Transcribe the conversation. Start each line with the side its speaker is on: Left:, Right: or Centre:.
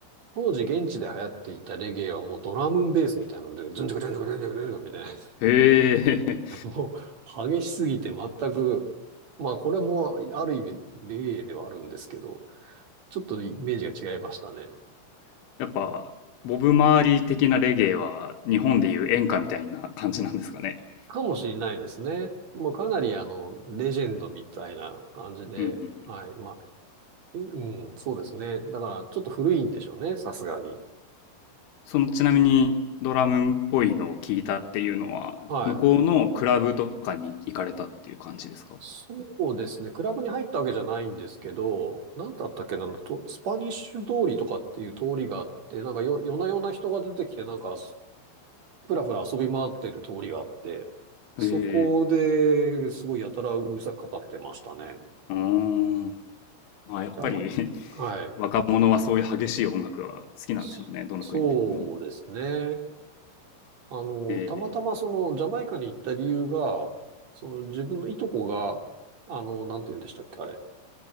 Right: 当時現地で流行っていたレゲエはもうドラムンベースみたいなので、ズンチョクズンチョクズンチョクズンチョクみたいなやつで、
Left: へえ。
Right: もう激しすぎて全く、まあこれもある意味レゲエではあるんですけど、ちょっとイメージが違いましたね。
Left: <laughs> やっぱ、ボブ・マーリー的なレゲエは日本でいう演歌みたいな感じなんですかね。
Right: かもしれないですね。もうかなりあの、レジェンドみたいな感じで、
Left: うんうん。
Right: はい。まあ、えうん、そうですね。だからちょっと古いんでしょうね、さすがに。
Left: その、ちなみにドラムっぽいのを聞いたっていうのは、
Right: はい。
Left: 向こうのクラブとかに行かれたっていう感じですか
Right: そうですね。クラブに入ったわけじゃないんですけど、なんだったっけな、と、スパニッシュ通りとかっていう通りがあって、なんかよ、夜な夜な人が出てきて、なんか、ふらふら遊び回ってる通りがあって、そこですごいやたらうるさくかかってましたね。
Left: へえ。うーん。まあ、やっぱり
Right: じゃあ、ま
Left: <laughs>
Right: あはい。
Left: 若者はそういう激しい音楽が好きなんでしょうね。
Right: そ、
Left: どの国でも。
Right: そうですね。あの、
Left: ええ。
Right: たまたまその、ジャマイカに行った理由が、その自分のいとこが、あの、なんて言うんでしたっけ、あれ。